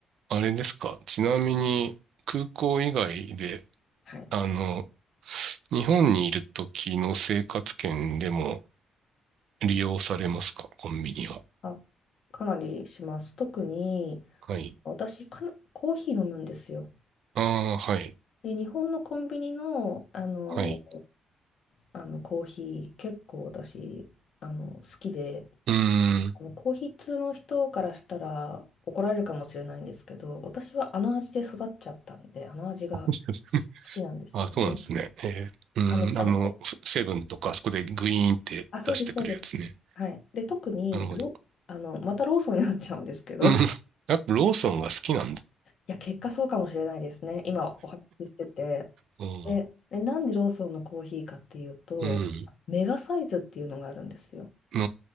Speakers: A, on the right; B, on the left.
A: あれですか。ちなみに空港以外で、
B: はい。
A: あの、日本にいる時の生活圏でも利用されますか、コンビニは。
B: あ、かなりします。特に
A: はい。
B: 私かな、コーヒー飲むんですよ。
A: ああ、はい。
B: で、日本のコンビニの、あの、
A: はい。
B: あのコーヒー結構私あの好きで。
A: うーん。
B: ーヒー筆の人からしたら怒られるかもしれないんですけど、私はあの味で育っちゃったんで、あの味が
A: <laughs>
B: 好きなんですよね。
A: あ、そうなんですね。えー、うーん。
B: あの、あの、
A: あの、
B: こ
A: セブンとか、あそこでグイーンって出してくるやつね。
B: あ、そうです、そうです。はい。で、特に、
A: なるほど。
B: ロあの、またローソンになっちゃうんですけど、
A: うん。
B: <laughs> い
A: <laughs> やっぱローソンが好きなんだ。
B: や、結果そうかもしれないですね。今お話ししてて。
A: うん。
B: で、で、なんでローソンのコーヒーかっていうと、
A: うん。
B: メガサイズっていうのがあるんですよ。
A: な